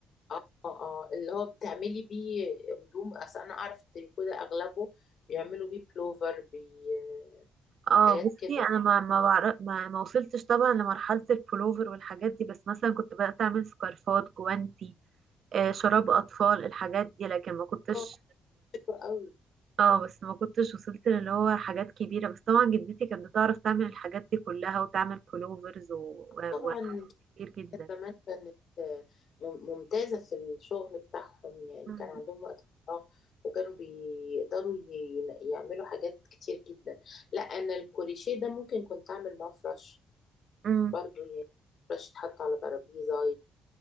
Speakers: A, on the left; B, on the right.
A: اه اه اللي هو بتعملي بيه هدوم اصل انا اعرف التريكو ده اغلبه بيعملوا بيه بلوفر بي
B: اه
A: حاجات
B: بصي
A: كده
B: انا ما ما, بعرف ما, ما وصلتش طبعا لمرحله البولوفر والحاجات دي بس مثلا كنت بدات اعمل سكارفات جوانتي آه شراب اطفال الحاجات دي لكن ما كنتش
A: اه حلوة قوي
B: اه بس ما كنتش وصلت اللي هو حاجات كبيره بس طبعا جدتي كانت بتعرف تعمل الحاجات دي كلها وتعمل بولوفرز و- و-
A: طبعا
B: وحاجات
A: انت
B: كتير جدا
A: عارفة زمان كانت مم- ممتازة في الشغل بتاعهم يعني
B: مم.
A: كان عندهم وقت فراغ وكانوا بيقدروا ي- يعملوا حاجات كتير جدا لا انا الكوريشيه ده ممكن كنت اعمل معاه فرش
B: مم.
A: برضو يعني فرش يتحط على ترابيزة